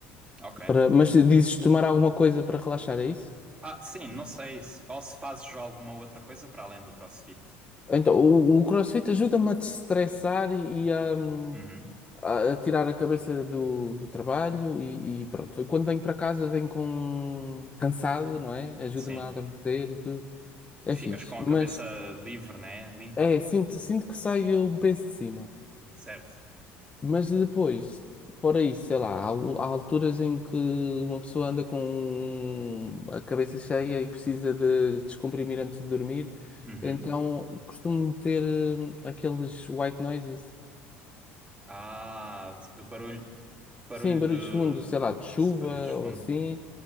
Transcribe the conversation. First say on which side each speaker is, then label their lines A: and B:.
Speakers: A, on the right; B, on the left.
A: ok.
B: Para... Mas dizes tomar alguma coisa para relaxar, é isso?
A: Ah, sim, não sei se, ou se fazes alguma outra coisa para além do CrossFit.
B: Então, o, o CrossFit ajuda-me a destressar e, e a, hum,
A: Uhum,
B: a- a tirar a cabeça do, do trabalho e, e pronto. Quando venho para casa venho com cansado, não é? Ajuda-me
A: sim.
B: a adormecer e tudo. É
A: Ficas
B: fixe.
A: com a
B: Mas
A: cabeça livre, né? Limpa.
B: é, sinto, sinto que saio um peso de cima.
A: Certo.
B: Mas depois, fora isso, sei lá, há, al- há alturas em que uma pessoa anda com a cabeça cheia e precisa de descomprimir antes de dormir.
A: Uhum.
B: Então costumo ter hum, aqueles white noises.
A: Ah, t- barulho, barulho
B: Sim, barulhos
A: de
B: fundos, sei lá, de chuva
A: se- barulho de fundo.
B: ou assim.